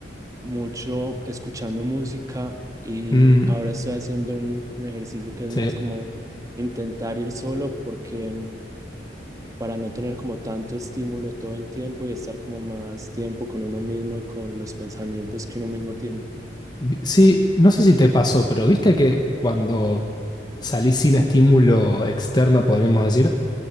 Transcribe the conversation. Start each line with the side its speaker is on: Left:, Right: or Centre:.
Right: mucho escuchando música y
Left: Mm,
Right: ahora estoy haciendo un, un ejercicio que es
Left: sí.
Right: más como intentar ir solo porque para no tener como tanto estímulo todo el tiempo y estar como más tiempo con uno mismo y con los pensamientos que uno mismo tiene.
Left: Vi- Sí, no sé si te pasó, pero viste que cuando salís sin estímulo externo, podríamos decir,